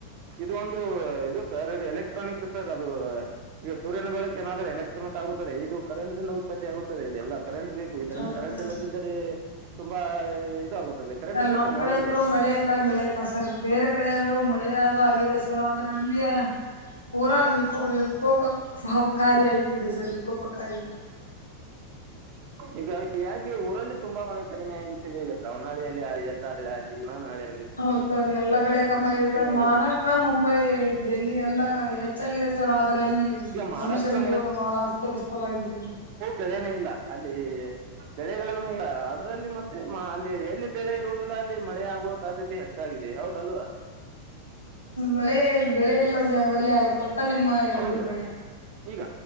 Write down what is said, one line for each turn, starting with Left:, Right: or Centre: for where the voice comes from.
Right: ಇದು ಒಂದು ಇದು ಸರ್ ಇದು ಎಲೆಕ್ಟ್ರಾನಿಕ್ ಸರ್ ಅದು ಈಗ ಸೂರ್ಯನ ಬೆಳಕೆ ಏನಾದ್ರೂ ಎಲೆಕ್ಟ್ರಾನಿಕ್ ಆಗುತ್ತದೆ ಇದು ಕರೆಂಟ್ ದಿಂದ ಉತ್ಪತ್ತಿ ಆಗುತ್ತದೆ ಇದೆಲ್ಲ ಕರೆಂಟ್ ಬೇಕು ಇದರಲ್ಲಿ
Left: ಹೌದು
Right: ಕರೆಂಟ್
Left: ಸರ್
Right: ಇಲ್ಲದಿದ್ದರೆ ತುಂಬಾ ಇದಾಗುತ್ತದೆ. ಕರೆಂಟ್ ಬೇಕು
Left: ನಮ್ಮ್ ಕಡೆ
Right: ಮೊಬೈಲ್ಗೆ
Left: ಅಂತರು ಮಳೆ ಎಲ್ಲ ಬೆಳೆ ಇಲ್ಲ ಸರ್ ಬೇರೆ ಕಡೆ ಆದರು ಮಳೆ ಅದು ಆಗಿದೆ ಸರ್ ಅಂದ್ರೆ ಅಲ್ಲಿಯ ಪೂರಾ ವಿಪ ವಿಪೋ <unintelligible> ಸಾರಿ ಸರ್ <unintelligible> ಆಗಿದೆ ವಿಕೋಪಕಾರಿ
Right: ಈಗ ಯಾಕೆ ಊರಲ್ಲಿ ತುಂಬಾ ಮಳೆ ಕಡಿಮೆ ಆಗಿಬಿಟ್ಟಿದೆ ಈಗ ಸವಣಾಳಿಯಲ್ಲಿ ಎಲ್ಲ ಆ ಅಲ್ಲಿ ಮಾನಾಳಿ
Left: ಹೌದ ಸರ್ ಎಲ್ಲಾ ಕಡೆ ಕಮ್ಮಿ ಯಾಗಿದೆ ಸರ್
Right: ಆಗಿದೆ
Left: ಮಹಾರಾಷ್ಟ್ರ ಮುಂಬೈ ಡೆಲ್ಲಿ ಎಲ್ಲಾ ಹೆಚ್ಚಾಗಿದೆ ಆದರೆ ಅಲ್ಲಿ
Right: ಈಗ ಮಹಾರಾಷ್ಟ್ರ
Left: ಮನುಷ್ಯನ ಜೀವನ ಬಹಳ ಅಸ್ತವ್ಯಸ್ತವಾಗಿಬಿಟ್ಟಿದೆ.
Right: ಬೆಳೆನೆ ಇಲ್ಲ ಅಲ್ಲಿ ಬೆಳೆ <unintelligible> ಅದ್ರಲ್ಲಿ ಮತ್ತೆ ಅಲ್ಲಿ ಎಲ್ಲಿ ಬೆಳೆ ಇರುವುದಿಲ್ಲ ಅಲ್ಲಿ ಮಳೆ ಆಗುವ ಸಾಧ್ಯತೆ. <unintelligible> ಹೆಚ್ಚಾಗಿದೆ ಹೌದಲ್ವಾ
Left: ಮಳೆ ಬೆಳೆ ಎಲ್ಲ ಜಾಗದಲ್ಲಿ ಆಗುತ್ತಂತ ನಿಮ್ಮ
Right: ಹೌದು
Left: ಅಭಿಪ್ರಾಯ
Right: ಈಗ